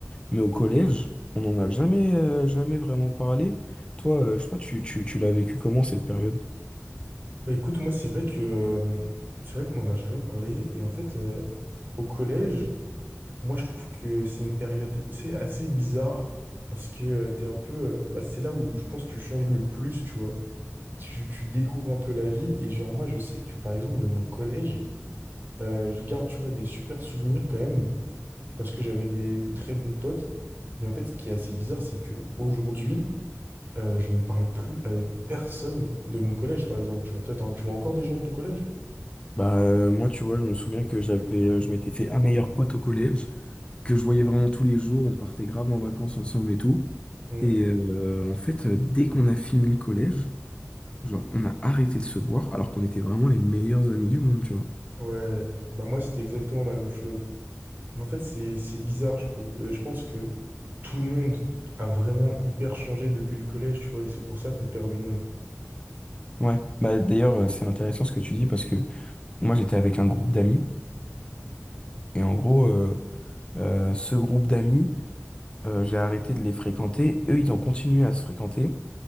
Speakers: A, on the left (about 20°); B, on the right (about 40°).
A: Mais au collège, on n'en a jamais, euh, jamais vraiment parlé. Toi, euh, je sais pas, tu, tu, tu l'as vécu comment cette période?
B: Bah écoute, moi c'est vrai que euh, c'est vrai qu'on n'en a jamais parlé. Et en fait, euh, au collège, moi je trouve que c'est une période, tu sais, assez bizarre parce que euh, t'es un peu, euh, bah c'est là où je pense que tu changes le plus, tu vois. Tu, tu découvres un peu la vie. Et genre moi je sais que par exemple de mon collège, euh, je garde, tu vois, des super souvenirs quand même parce que j'avais des, des très bons potes. Mais en fait, ce qui est assez bizarre, c'est que aujourd'hui, euh, je ne parle plus avec personne de mon collège, par exemple. Tu vois, toi, t'en- tu vois encore des gens de ton collège?
A: Bah, euh, moi, tu vois, je me souviens que j'avais, euh, je m'étais fait un meilleur pote au collège. que je voyais vraiment tous les jours. On partait grave en vacances ensemble et tout.
B: Mmh.
A: Et euh, en fait, euh, dès qu'on a fini le collège, genre, on a arrêté de se voir alors qu'on était vraiment les meilleurs amis du monde, tu vois.
B: Ouais, bah moi c'était exactement la même chose. Mais en fait c'est c'est bizarre je trouve. Et Je pense que tout le monde a vraiment hyper changé depuis le collège, tu vois, et c'est pour ça qu'on perd du monde.
A: Ouais, bah d'ailleurs euh, c'est intéressant ce que tu dis parce que moi j'étais avec un groupe d'amis et en gros euh, euh, ce groupe d'amis euh, j'ai arrêté de les fréquenter, eux ils ont continué à se fréquenter